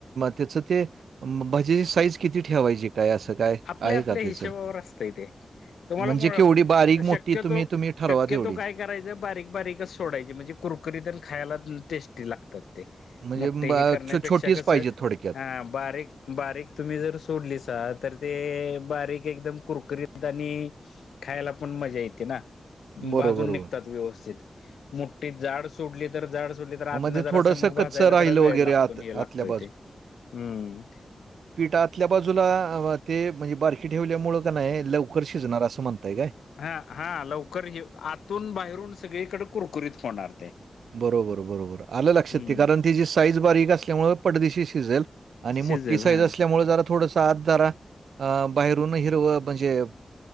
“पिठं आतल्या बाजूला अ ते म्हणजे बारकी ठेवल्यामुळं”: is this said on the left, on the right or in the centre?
Right